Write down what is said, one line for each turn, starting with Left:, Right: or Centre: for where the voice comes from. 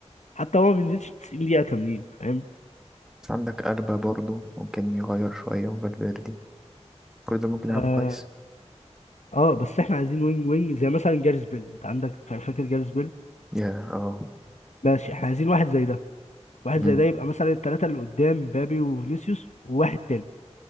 Left: حتى هو ما بينزلش 90 دقيقة كاملين فاهم
Centre: بس عندك ألبا برضه ممكن يغير شوية وفالفيردي كل ده ممكن
Left: اه,
Centre: يلعبوا كويس
Left: آه بس احنا عايزين وينج وينج زي مثلا جاريس بيل انت عندك فا- فاكر جاريس بيل
Centre: يا اه
Left: ماشي احنا عايزين واحد زي ده واحد
Centre: مم.
Left: زي ده يبقى مثلا الثلاثة اللي قدام بابي وفينيسيوس وواحد تاني